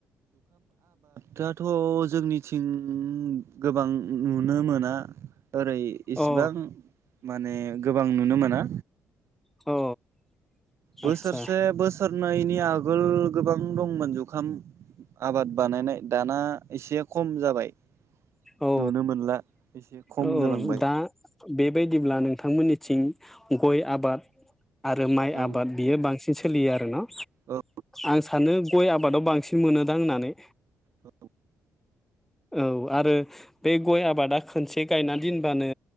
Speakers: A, on the right; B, in the centre.
A: दाथ' जोंनिथिं गोबां नुनो मोना। ओरै इसिबां
B: अ
A: माने गोबां नुनो मोना
B: औ
A: बोसोरसे
B: आदसा
A: बोसोर जुुनायनि आगोल गोबां दंमोन जुखाम आबाद बानायनाय दाना एसे खम जाबाय।
B: औ
A: नुनो मोनला एसे खम
B: औ
A: जालांबाय
B: दा बेबायदिब्ला नोंथांमोननिथिं गय आबाद आरो माइ
A: औ
B: आबाद बियो बांसिन बि सोलियो आरो न'
A: औ
B: आं सानो। गय आबादाव बांसिन मोनोदां होननानै।
A: औ
B: औ आरो बे गय आबादा खोनसे गायना दोनबानो